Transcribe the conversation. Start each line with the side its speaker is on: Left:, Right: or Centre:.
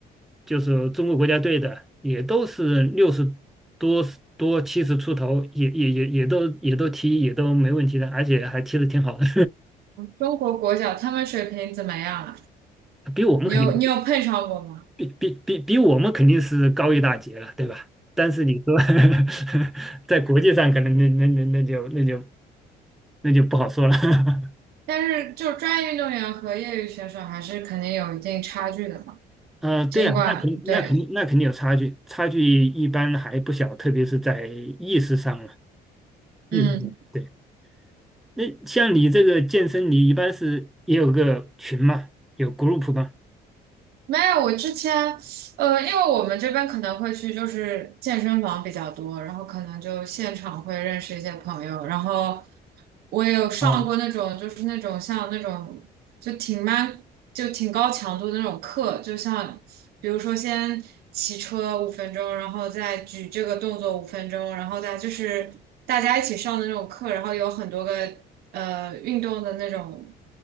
Centre: 就是中国国家队的，也都是六十多多七十出头，也也也也都也都踢也都没问题的，而且还踢得挺好的，
Right: 中国国脚他们水平怎么样啊？
Centre: <laughs> 比我们肯定
Right: 你有你有碰上过吗？
Centre: 比比比比我们肯定是高一大截了，对吧？但是你说 <laughs> 在国际上，可能那那那那就那就那就不好说了。<laughs>
Right: 但是就专业运动员和业余选手还是肯定有一定差距的嘛。
Centre: 呃，对呀，
Right: 尽管对，
Centre: 那肯那肯那肯定有差距，差距一般还不小，特别是在意识上了。意思是对。
Right: 嗯。
Centre: 那像你这个健身，你一般是也有个群嘛？有 group 吗？
Right: 没有，我之前，呃，因为我们这边可能会去就是健身房比较多，然后可能就现场会认识一些朋友，然后我也有上过那种就是那种像那种就挺蛮就挺高强度的那种课，
Centre: 啊。
Right: 就像比如说先骑车五分钟，然后再举这个动作五分钟，然后再就是大家一起上的那种课，然后有很多个呃运动的那种